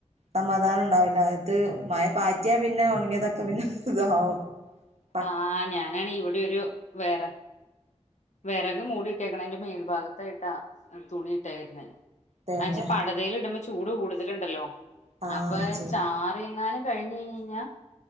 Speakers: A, on the right; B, on the left.
A: സമാധാനം ഉണ്ടാവില്ല ഇത് മഴ പാറ്റിയൽ പിന്നെ ഒണങ്ങിയതൊക്കെ പിന്നെ ഉതാവും. <inaudible>
B: ആഹ് ഞാനാണ് ഇവിടെ ഒരു വേറെ വെറക് മൂടിട്ടേക്ക്ണ്ന്റെ മേൽഭാഗത്തായിട്ടാ തുണിയിട്ടെക്ക്ണേത്.
A: പിന്നെ
B: അയ്ച്ച പടതൽ ഇടുമ്പോ ചൂട് കൂടുതലുണ്ടല്ലോ
A: ആ
B: അപ്പൊ
A: ചൂ
B: ചാറിങ്ങാട്. കഴിഞ്ഞഞ്ഞ്ഞ്ഞാ.